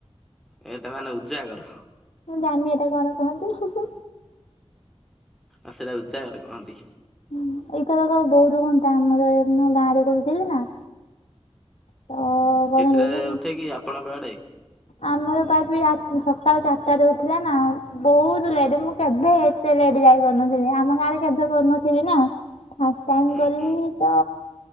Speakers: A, in the centre; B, on the left (about 80°).
A: ଏଇଟା ମାନେ ଉଜାଗର।
B: ମୁଁ ଜାଣିନି ଏଟା କଣ କହନ୍ତି?
A: ଆଉ ସେଟା ଉଜାଗାର କହନ୍ତି।
B: ହୁଁ ଏଇଟା ଯାକ <inaudible> ଟାଇମ ରେ ମୁ ଗାଁ ରେ କରୁଥିଲି ନା। ତ
A: କେତେଟାରେ
B: କଣ ହେଇଛି ନା,
A: ଉଠେ କି ଆପଣଙ୍କ ଆଡେ?
B: ଆମର ତ ଆଜି ଆ ସକାଳ ଚାରିଟାରେ ଉଠିଲା ନା ଆଉ। ବହୁତ ଲେଟ୍ ମୁଁ କେବେ ଏତେ ଲେଟ୍ ଯାଇ ପାରିନଥିଲି ଆମ ଗାଁରେ କେବେ କରିନଥିଲି ନା। ଫାଷ୍ଟ ଟାଇମ
A: ଉୁଁ
B: କଲି
A: ହୁଁ
B: ତ